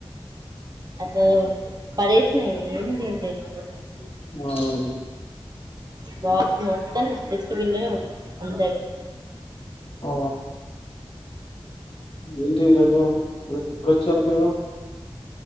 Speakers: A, on the right; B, on the left.
A: అటూ పడేసిన ఏం తిన్లే ఈరోజు.
B: <unintelligible>
A: బాక్స్ మొత్తం డస్ట్బిన్లనే ఉంది అందరిదీ.
B: ఆ ఏంటీ రోజూ ఎప్పుడొచ్చారు మీరు.